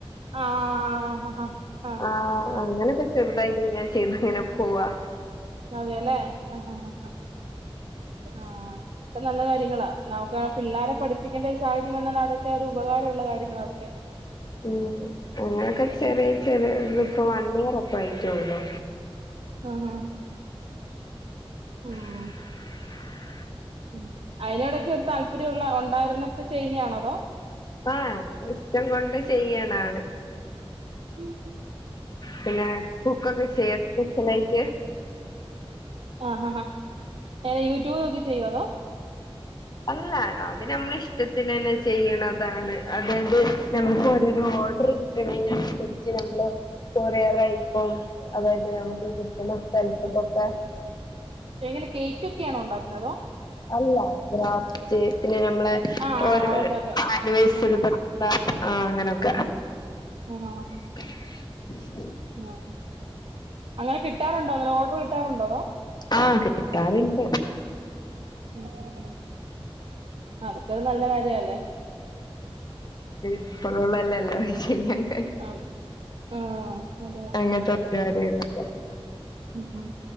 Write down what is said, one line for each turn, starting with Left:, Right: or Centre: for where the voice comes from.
Right: ആഹ് ആഹ് ആഹ് ആഹ്
Left: ആഹ് അങ്ങനെക്കെ ചെറുതായിട്ട് ഞാൻ ചെയ്തിങ്ങനെ പോവാ.
Right: അതേല്ലേ ആഹ് ആഹ് ആഹ് ആഹ് അതൊക്കെ നല്ല കാര്യങ്ങളാ, നമുക്ക് പിള്ളോരെ പഠിപ്പിക്കേണ്ട ഒരു സാഹചര്യം വന്നാൽ അതൊക്കെ ഒരു ഉപകാരമുള്ള കാര്യങ്ങളാ അതൊക്കെ.
Left: ഉം അങ്ങനെക്കെ
Right: ഉം
Left: ചെറിയ ചെറിയ ഇപ്പോ വൺ ഇയർ ഒക്കെ ആയിറ്റൊള്ളൂ.
Right: ആഹ് ആഹ് ഉം.
Left: <inaudible>
Right: ഉം അയ്നോടൊക്കെ ഒരു താല്പര്യംള്ള ഉണ്ടായിരുന്നൊ പ്പൊ ചെയ്യുന്നയാണോ അതോ
Left: ആഹ് നമ്മക് ഇഷ്ടം ള്ളോണ്ട് ചെയ്യണാണ്
Right: ഉം <unintelligible>
Left: പിന്നെ കുക്കൊക്കെ ചെയ്യോ സ്‌പെഷൽ ആയിട്ട്
Right: ആഹ് ആഹ് ഹാ എനെ യൂട്യൂബ്നോക്കി ചെയ്യോഅതോ
Left: അല്ല അത് നമ്മൾ ഇഷ്ടത്തിനെന്നെ ചെയ്യണ താണ് അതായത് ഞമ്മക്ക് ഓരോരോ ഓർഡർ കിട്ടണേനനുസരിച് നമ്മള് കൊറിയറായിട്ടും അതായത് നമുക്ക് കിട്ടുന്ന സ്ഥലത്ത്കൊക്കെ
Right: എങ്ങനെ കേക്ക് ക്കെയാണോ ഉണ്ടാക്കുന്നത്
Left: അല്ല ക്രാഫറ്റ് പിന്നെ നമ്മളെ
Right: ആഹ്
Left: ഓരോരോ
Right: ആഹ് ഓക്കെ ഓക്കെ
Left: അണിവേഴ്
Right: ആഹ് മനസ്സിലായി
Left: ആഹ് അങ്ങനെയൊക്കെ
Right: ആഹാ ഹ ഹ
Left: <inaudible>
Right: ആഹ് അങ്ങനെ കിട്ടാറുണ്ടോ അങ്ങനെ ഓർഡർ കിട്ടാറുണ്ടോ അതോ
Left: ആഹ് കിട്ടാറുണ്ട്
Right: ഉം ഉം ഉം അതൊക്കെരു നല്ല കാര്യല്ലേ
Left: ഇപ്പോഴൊള്ളല്ലല്ലാം ചെയ്യാൻ കഴി
Right: ആഹ് ആഹ് അതെ അതെ
Left: അങ്ങനത്തെ <unintelligible> ഒര് കാര്യോല്യ <unintelligible>
Right: ഉ ഉം